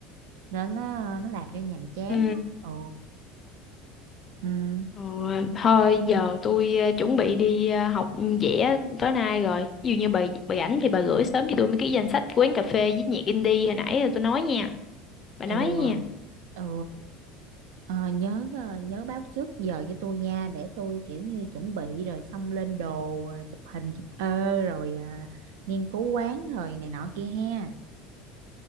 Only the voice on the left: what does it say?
Ừ,
Ờ, thôi giờ tôi ờ, chuẩn bị đi ờ, học vẽ tối nay rồi. Ví dụ như bà bà rảnh thì bà gửi sớm cho tôi mấy cái danh sách quán cà phê với nhạc indie hồi nãy rồi tôi nói nha. Bà
nói nha.